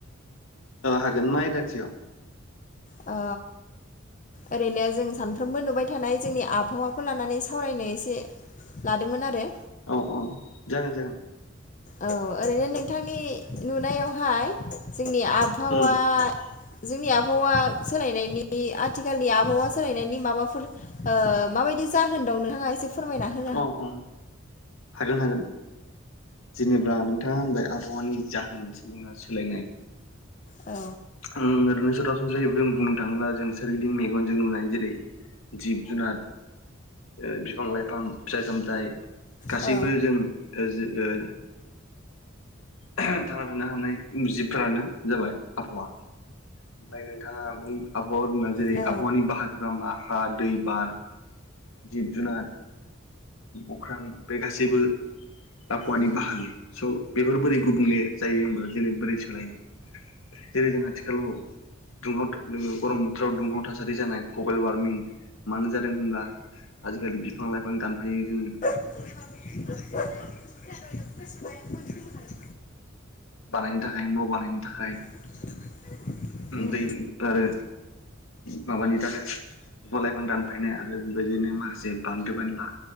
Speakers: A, on the left; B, on the left.
A: हागोन मा दानसेयाव
B: ओ ओरैनो जों सानफ्रोमबो नुबाय थानाय जोंनि आबहावाखौ लानानै सावरायनो एसे लादोंमोन आरो
A: औ औ जागोन जागोन
B: औ ओरैनो नोंथांनि नुनायावहाय जोंनि आबहावा
A: उम
B: जोंनि आबहावा सोलायनायनि आथिखालनि आबहावा सोलायनायनि माबाफोर ओ माबायदि जाहोन दं नोंथाङा एसे फोरमायना हो
A: अ अ हागोन हागोन जेनेबा नोंथाङा होनबाय आबहावानि जाहोन जोंहा सोलायनाय
B: औ
A: उम ओरैनो सोरासनस्रायै जों बुंनो थाङोब्ला जों सोरगिदिं मेगन जों नुनाय जेरै जिब जुनार ओ बिफां लाइफां फिथाइ सामथाइ गासैबो
B: औ
A: जों ओ जि ओ थांना थानो हानाय जिबफोरानो जाबाय आबहावा ओमफ्राय नोंथाङा बुं आबहावा बुंबा जेरै
B: औ
A: आबहावानि बाहागोफोरा मा हा दै बार जिब जुनार अख्रां बे गासैबो आबहावानि
B: उम
A: बाहागो स' बेफोर बोरै गुबुंले जायो होनबा जेरै बोरै सोलायो जेरै जों आथिखालाव दुंहाव गरम बोथोर थोराव दुंहाव थासारि जानाय ग्लबेल वारमिं मानो जादों होनब्ला आजिखालि बिफां लाइफां दानफायो जोङो
B: <unintelligible>
A: बानायनो थाखाय न' बानायनो थाखाय
B: <inaudible> उम
A: दै आरो माबानि थाखाय बिफां लाइफां दानफायनाय आरो बेबायदिनो माखासे बान्दो बानला